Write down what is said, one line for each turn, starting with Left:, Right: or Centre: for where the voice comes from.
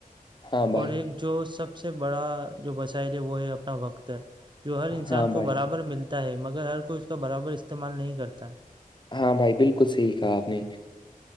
Left: ہاں بھائی
Right: اور ایک جو سب سے بڑا جو وسائل ہے وہ ہے اپنا وقت جو ہر انسان
Left: ہاں بھائی
Right: کو برابر ملتا ہے مگر ہر کوئی اس کا برابر استعمال نہیں کرتا
Left: ہاں بھائی بالکل صحیح کہا آپ نے